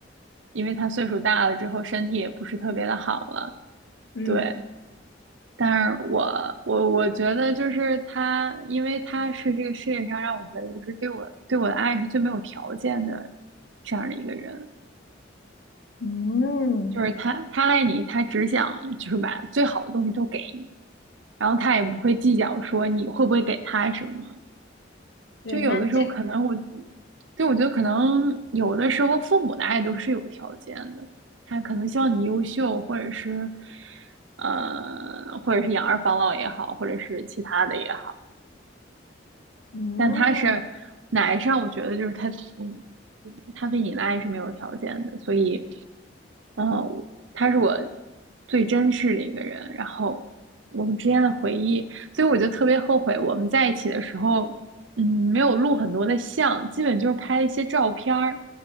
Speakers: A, on the right; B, on the left.
A: 因为他岁数大了之后，身体也不是特别的好了。
B: 嗯
A: 对，但是我我我觉得就是他，因为他是这个世界上让我觉得就是对我对我的爱是最没有条件的这样的一个人，
B: 嗯，
A: 就是他他爱你，他只想就是把最好的东西都给你，然后他也不会计较说你会不会给他什么。
B: 对，
A: 就有的时候可能我，
B: 那这，
A: 就我觉得可能有的时候父母的爱都是有条件的，他可能希望你优秀，或者是，呃，或者是养儿防老也好，或者是其他的也好。
B: 嗯
A: 但他是奶上，我觉得就是他，嗯，他对你的爱是没有条件的，所以，嗯、我他是我最珍视的一个人，然后我们之间的回忆，所以我就特别后悔我们在一起的时候，嗯，没有录很多的像，基本就是拍了一些照片儿。